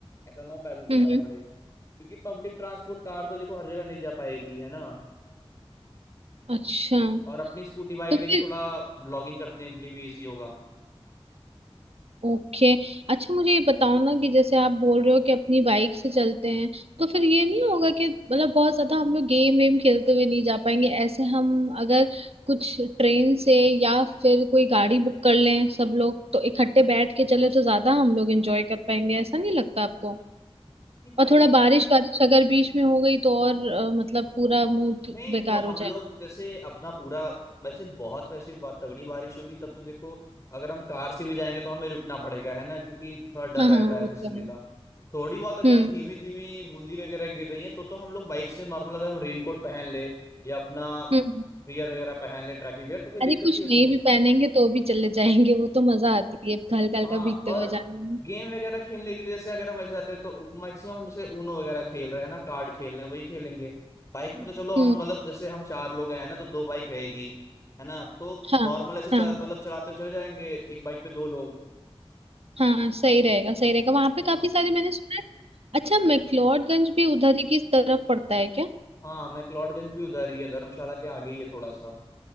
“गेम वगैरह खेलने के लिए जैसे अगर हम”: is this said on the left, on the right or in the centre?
Left